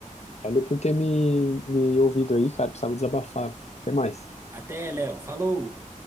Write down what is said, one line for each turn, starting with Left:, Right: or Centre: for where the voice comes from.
Left: Valeu por ter me, me ouvido aí, cara. Precisava desabafar. Até mais.
Right: Até, Léo. Falou!